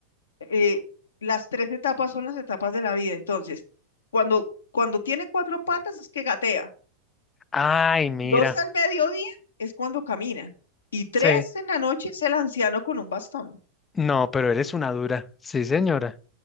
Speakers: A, on the left (about 65°); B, on the left (about 20°).
A: eh, las tres etapas son las etapas de la vida. Entonces, cuando, cuando tiene cuatro patas es que gatea.
B: Ay, mira.
A: Dos al mediodía es cuando camina. Y tres
B: Sí.
A: en la noche es el anciano con un bastón.
B: No, pero eres una dura. Sí, señora.